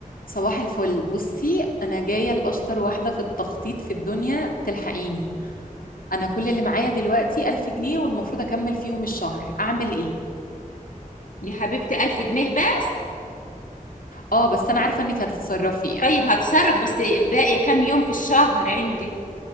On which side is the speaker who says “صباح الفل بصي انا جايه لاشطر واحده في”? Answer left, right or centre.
Left